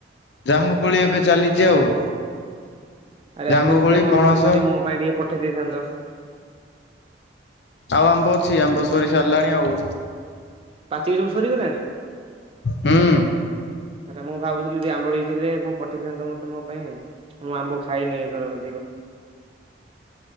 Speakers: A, on the left (about 65°); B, on the right (about 30°).
A: ଜାମୁକୋଳି ଏବେ ଚାଲିଛି ଆଉ।
B: ଆରେ
A: ଜାମୁକୋଳି
B: ଆମ୍ବ ଥିଲେ ମୁଁ
A: ପଣସ
B: ଭାବୁଥିଲି ମୋ ପାଇଁ ଟିକେ ପଠେଇ ଦେଇଥାନ୍ତ।
A: ଆଉ ଆମ୍ବ ଅଛି ଆମ୍ବ ସରି ସାରିଲାଣି ଆଉ।
B: ପାଚିକି ସବୁ ସରିଗଲାଣି।
A: ହୁଁ।
B: ଆରେ ମୁଁ ଭାବୁଥିଲି ଟିକେ ଆମ୍ବ ଟିକେ ଥିଲେ ମୁଁ ପଠେଇଥାନ୍ତି ତମେ ତ ମୋ ପାଇଁ। ମୁଁ ଆମ୍ବ ଖାଇନି ଏଥର ଅଧିକ।